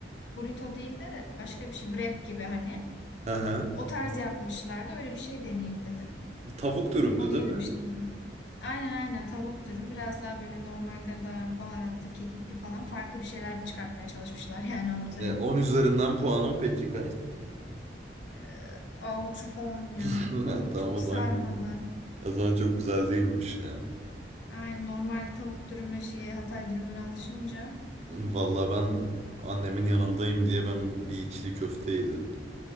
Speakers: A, on the left; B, on the right.
A: burrito değil de başka bir şey. Wrap gibi hani.
B: Ha ha.
A: O tarz yapmışlardı. Öyle bir şey deneyeyim dedim.
B: Tavuk dürümdü
A: Onu
B: değil
A: yedim
B: mi?
A: işte. bugün. Aynen aynen tavuk dürüm. Biraz daha böyle normalden daha baharatlı, kekikli falan farklı bir şeyler çıkartmaya çalışmışlar <laughs> yani ortaya.
B: Ya, 10 üzerinden puanım peki kaç?
A: Ee, altı falan ya.
B: <laughs> Ha, Tamam
A: Çok
B: o
A: sarmadı.
B: zaman, o zaman çok güzel değilmiş ya.
A: Aynen normal tavuk dürüme şeye Hatay dürümüne alışınca.
B: Vallahi ben annemin yanındayım diye ben bir içli köfte yedim.